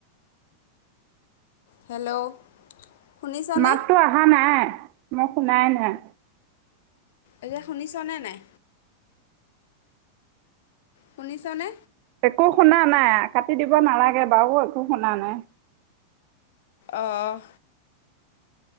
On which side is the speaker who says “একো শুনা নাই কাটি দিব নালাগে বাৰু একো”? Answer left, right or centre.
Right